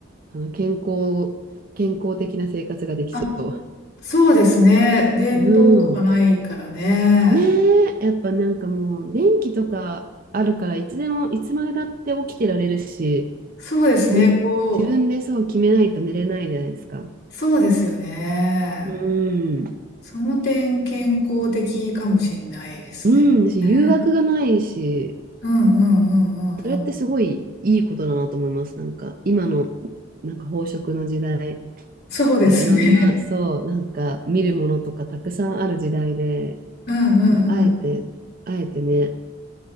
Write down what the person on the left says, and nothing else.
あ、そうですね。伝統とかないからね。
そうですね。
こ
う、そうですよね。
その点健康的かもしれないですね。
ねうんうんうんうんうん。
そうですね。
<laughs> うんうんうん。